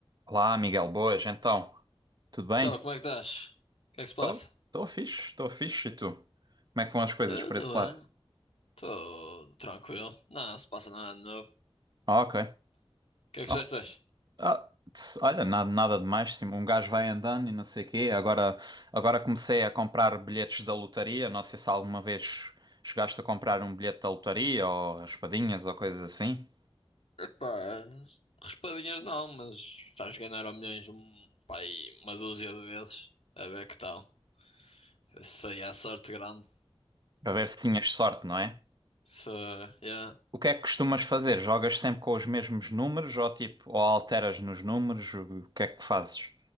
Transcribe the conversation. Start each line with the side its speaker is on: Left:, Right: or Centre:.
Right: Olá, Miguel, boas, então, tudo bem?
Left: Então, como é que estás? O que é que se
Right: Estou
Left: passa?
Right: tô, tô fixe, estou fixe, e tu? Como é que vão as coisas
Left: Eu
Right: por
Left: estou
Right: esse lado?
Left: bem, estou tranquilo. Não, não se passa nada de novo. O
Right: Ah, ok.
Left: que é que
Right: Oh,
Left: fizeste hoje?
Right: ah, tss, olha, nada, nada demais, sim, um gajo vai andando e não sei o quê, agora, agora comecei a comprar bilhetes da lotaria, não sei se alguma vez chegaste a comprar um bilhete da lotaria, ou raspadinhas, ou coisas assim,
Left: Epá, raspadinhas não, mas já joguei no Euromilhões um, pá, aí uma dúzia de vezes. A ver que tal. Isso aí é sorte grande.
Right: para ver se tinhas sorte, não é?
Left: se yeah.
Right: O que é que costumas fazer? Jogas sempre com os mesmos números, ou tipo, ou alteras nos números, o que é que fazes?